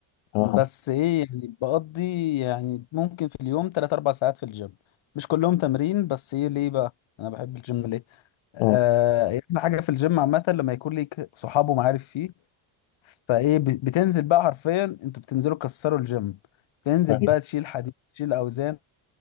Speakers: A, on the left; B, on the left.
A: اه
B: بس ايه يعني بقضي يعني ممكن في اليوم 3 4 ساعات في الجيم مش كلهم تمرين بس ايه ليه بقى انا بحب الجيم ليه آه
A: اه
B: احلى حاجه في الجيم عامه لما يكون ليك صحاب ومعارف فيه فايه ب- بتنزل بقى حرفيا انتوا بتنزلوا تكسروا الجيم تنزل
A: ايوه
B: بقى تشيل حديد تشيل اوزان